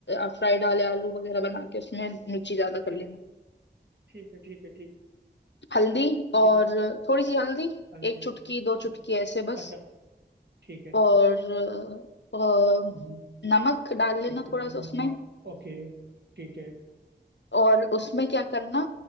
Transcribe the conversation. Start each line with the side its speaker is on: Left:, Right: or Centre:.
Left: फ्राइड वाले आलू वगैरह बना के उसमें
Right: ठीक है
Left: मिर्ची ज्यादा कर
Right: ठीक
Left: लेना
Right: है ठीक है ठीक है ठीक है ठीक है
Left: हल्दी और
Right: ठीक है।
Left: थोड़ी सी हल्दी
Right: हल्दी
Left: एक चुटकी दो
Right: अच्छा
Left: चुटकी ऐसे बस
Right: अच्छा ठीक है
Left: और अ, अ,
Right: हम्म।
Left: नमक डाल
Right: ठीक
Left: लेना
Right: है
Left: थोड़ा सा उसमें
Right: नमक ओके ठीक है
Left: और उसमें क्या करना